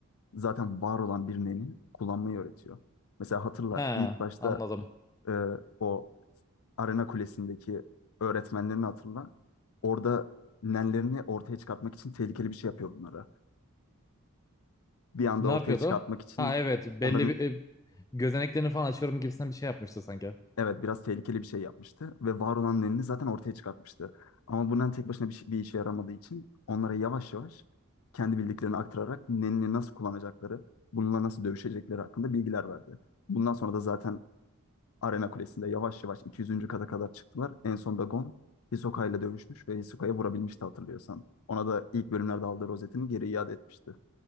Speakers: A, on the left (about 75°); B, on the left (about 15°).
A: zaten var olan bir neni kullanmayı öğretiyor. Mesela hatırla
B: He
A: ilk başta
B: anladım.
A: e, o Arena Kulesi'ndeki öğretmenlerini hatırla. Orada nenlerini ortaya çıkartmak için tehlikeli bir şey yapıyor bunlara. Bir anda
B: Ne
A: ortaya
B: yapıyordu?
A: çıkartmak için
B: Ha evet belli
A: onların
B: bir e, gözeneklerini falan açıyorum gibisinden bir şey yapmıştı sanki.
A: evet biraz tehlikeli bir şey yapmıştı ve var olan nenini zaten ortaya çıkartmıştı. Ama bundan tek başına bir, şey- bir işe yaramadığı için onlara yavaş yavaş kendi bildiklerini aktararak nenini nasıl kullanacakları, bununla nasıl dövüşecekleri hakkında bilgiler verdi. Bundan sonra da zaten Arena Kulesi'nde yavaş yavaş 200. kata kadar çıktılar. En son da Gon Hisoka ile dövüşmüş ve Hisoka'yı vurabilmişti hatırlıyorsan. Ona da ilk bölümlerde aldığı rozetini geri iade etmişti.